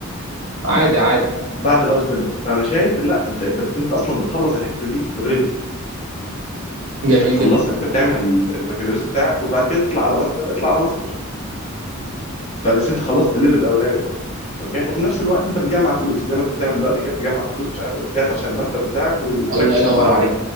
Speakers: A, on the right; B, on the left.
A: عادي عادي
B: بعد الاوس بيلدون فانا شايف لا انت انت انت اصلا بتخلص الحته دي اوريدي
A: جميل
B: انت بتخلصها
A: جدا
B: انت بتعمل البكالوريوس بتاعك وبعد كده تطلع على ماستر اطلع على ماستر فبس انت خلصت الليفل الاولاني ده اوكي وفي نفس الوقت انت بتجمع فلوس زي ما انت بتعمل دلوقتي كده بتجمع فلوس مش عارف ايه بتجهز عشان الماستر بتاعك وبتركز
A: الله ينور
B: في الماستر
A: عليك